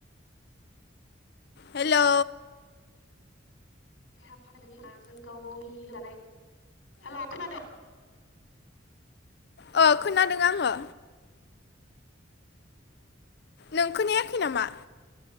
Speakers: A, on the left (about 60°); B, on the left (about 85°).
A: हेलौ।
B: <unintelligible> हेलौ खोनादों।
A: अ खोनादों आङो। नों खोनायाखै नामा?